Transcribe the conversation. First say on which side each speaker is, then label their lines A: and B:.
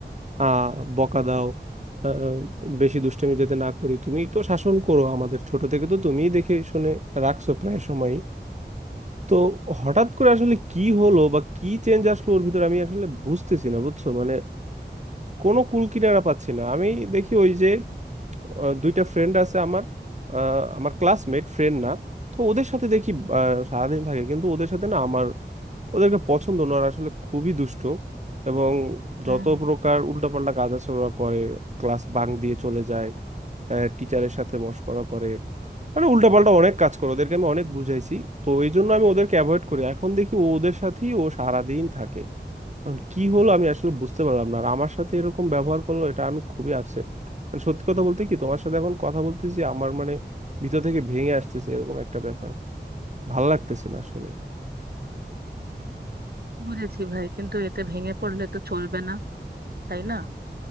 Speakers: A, on the right; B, on the right.
A: আহ বকা দাও আহ, বেশি দুষ্টামি যাতে না করি তুমি তো শাসন করো আমাদের ছোট থেকে তো তুমিই দেখে শুনে রাখছো প্রায় সময়ই তো হঠাৎ করে আসলে কি হলো বা কি চেঞ্জ আসলো ওর ভিতরে আমি আসলে বুঝতেছি না বুঝছো মানে কোনো কুল কিনারা পাচ্ছি না আমি দেখি ওই যে আহ, দুইটা ফ্রেন্ড আছে আমার আহ, আমার ক্লাসমেট ফ্রেন্ড না তো ওদের সাথে দেখি আহ, সারাদিন থাকে কিন্তু ওদের সাথে না আমার ওদেরকে পছন্দ না ওরা আসলে খুবই দুষ্ট এবং
B: হুম
A: যত প্রকার উল্টাপাল্টা কাজ আছে ওরা করে ক্লাস বাং দিয়ে চলে যায় টিচারের সাথে মশকরা করে মানে উল্টাপাল্টা অনেক কাজ করে ওদেরকে আমি অনেক বুঝাইছি তো এই জন্য আমি ওদেরকে অ্যাভয়েড করি এখন দেখি ও ওদের সাথেই ও সারাদিন থাকে এখন কি হলো আমি আসলে বুঝতে পারলাম না আর আমার সাথে এরকম ব্যবহার করলো এটা আমি খুবই আপসেট মানে সত্যি কথা বলতে কি তোমার সাথে এখন কথা বলতেছি আমার মানে ভিতর থেকে ভেঙে আসতেছে এরকম একটা ব্যাপার ভাল লাগতেছে না আসলে
B: বুঝেছি ভাই কিন্তু এতে ভেঙে পড়লে তো চলবে না তাই না